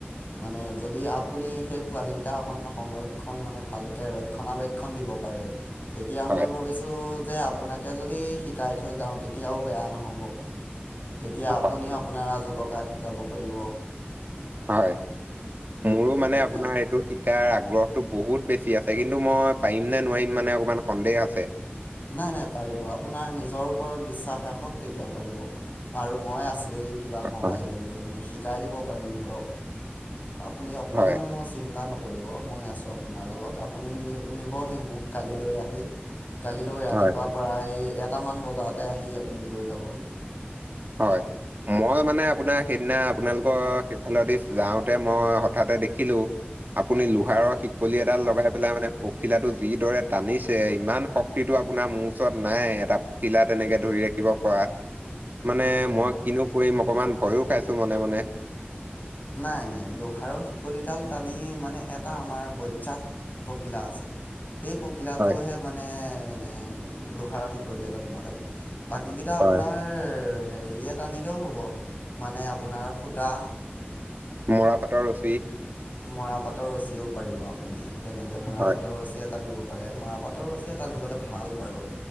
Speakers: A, on the left; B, on the right.
A: মানে যদি আপুনি সেই পোৱালি কেইটা অকন সংৰক্ষণ মানে ভালকে ৰক্ষণাবেক্ষণ দিব পাৰে। তেতিয়া
B: হয়
A: মই ভাবিছোঁ যে আপোনাকে যদি শিকাই থৈ যাওঁ তেতিয়াও বেয়া নহ'ব। তেতিয়া
B: হয়
A: আপুনিও
B: মোৰ-
A: আপোনাৰ আজো ককাক শিকাব পাৰিব।
B: হয়,
A: হয়
B: মোৰো মানে
A: তেতিয়া
B: আপোনাৰ এইটো শিকাৰ আগ্ৰহ টো বহুত বেছি আছে। কিন্তু মই পাৰিম নে নোৱাৰিম মানে অকমান সন্দেহ আছে।
A: নাই নাই পাৰিব। আপোনাৰ নিজৰ ওপৰত বিশ্বাস ৰাখক তেতিয়া পাৰিব আৰু মই আছো ৱেই কিবা সহায়
B: হয়
A: লাগিলে মই শিকাই দিব পাৰিম ধৰক। আপুনি অকণো
B: হয়
A: ম চিন্তা নক নকৰিব মই আছো আপোনাৰ লগত। আপুনি নি নিবহি মোক কালিলৈ আহি। কালিলৈ ৰাতিপুৱা
B: হয়।
A: প্ৰায় এটামান বজাতে আহি লৈ যাবহি।
B: হয়। মই মানে আপোনাৰ সেইদিনা আপোনালোকৰ
A: হয়
B: সেইফালেদি যাওঁতে মই হঠাতে দেখিলো। আপুনি লোহাৰৰ শিকলি এডাল
A: হয়
B: লগাই পেলাই মানে পখিলাটো যিদৰে টানিছে। ইমান শক্তিটো আপোনাৰ মোৰ ওচৰত নাই এটা পখিলা তেনেকে ধৰি ৰাখিব পৰা। মানে
A: হয়
B: মই
A: হয়
B: কিনো কৰিম অকমান ভয়ো খাইছো মনে মনে।
A: নাই নাই লোহাৰৰ শিকলিডাল টানি মানে এটা আমাৰ বজ্যাত পখিলা আছে। সেই পখিলাটোহে
B: হয়
A: মানে এ লোহাৰ শিকলি এটা টানিব লাগে। বাকীকেইটা
B: হয়
A: আপোনাৰ হেৰি টানিলেও হ'ব মানে আপোনাৰ সূতা।
B: মৰা পাটৰ ৰঁচী।
A: মৰাপাতৰ ৰঁছীয়েও পাৰিব আপুনি। তেনেকে মৰা
B: হয়
A: পাতৰ ৰঁছীয়ে টানিব মাৰা পাটৰ ৰঁচীৰে টানিবলৈ ভাল বাৰু।